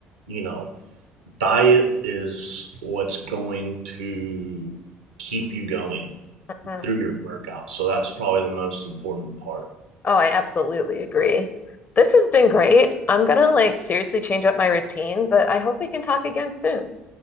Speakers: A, on the right; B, on the left.
A: you know, diet is what's going to keep you going
B: Mm.
A: through your workout. So that's probably the most important part.
B: Oh, I absolutely agree. This has been great. I'm gonna like seriously change up my routine, but I hope we can talk again soon.